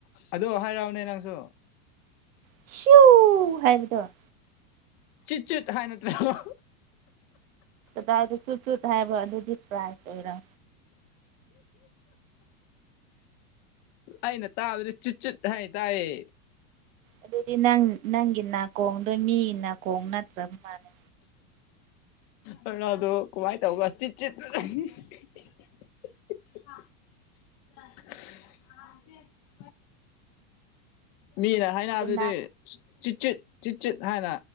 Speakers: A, on the left; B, on the right.
A: ꯑꯗꯨ ꯍꯥꯏꯔꯧꯅꯦ ꯅꯪꯁꯨ
B: ꯁꯨ ꯍꯥꯏꯕꯗꯣ
A: ꯆꯨꯠ ꯆꯨꯠ ꯍꯥꯏ ꯅꯠꯇ꯭ꯔꯕ
B: ꯗꯥꯏꯗ ꯆꯨꯠꯆꯨꯠ ꯍꯥꯏꯕ ꯑꯗꯨꯗꯤ ꯄ꯭ꯔꯥꯏ ꯑꯣꯏꯔ
A: ꯑꯩꯅ ꯇꯥꯕꯗꯤ ꯆꯨꯠ ꯆꯨꯠ ꯍꯥꯏ ꯇꯥꯏꯌꯦ
B: ꯑꯗꯨꯗꯤ ꯅꯪ ꯅꯪꯒꯤ ꯅꯥꯀꯣꯡꯗꯣ ꯃꯤꯒꯤ ꯅꯥꯀꯣꯡ ꯅꯠꯇ꯭ꯔꯕ ꯃꯥꯥꯜꯂꯦ
A: ꯔꫭꯅꯥꯜꯗꯣ ꯀꯃꯥꯏ ꯇꯧꯕ ꯆꯨꯠ ꯆꯨꯠ <unintelligible> <unintelligible> ꯃꯤꯅ ꯍꯥꯏꯅꯕꯗꯗꯤ
B: ꯔꯣꯅꯥ
A: ꯆꯨꯠꯆꯨꯠ ꯆꯨꯠꯆꯨꯠ ꯍꯥꯏꯅ